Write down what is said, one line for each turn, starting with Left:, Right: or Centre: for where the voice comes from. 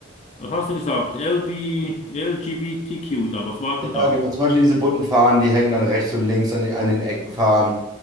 Left: was hast du gesagt, LB, LGBTQ da? Was war denn da?
Right: Ja, genau. Zum Beispiel diese bunten Fahnen, die hängen dann rechts und links an den, an den Ecken fahren.